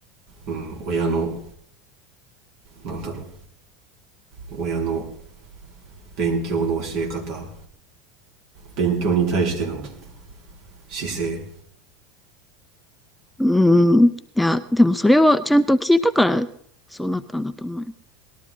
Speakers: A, on the right; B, in the centre.
A: うん、親のなんだろう親の勉強の教え方勉強に対しての姿勢
B: うん。いや、でもそれをちゃんと聞いたから、そうなったんだと思うよ。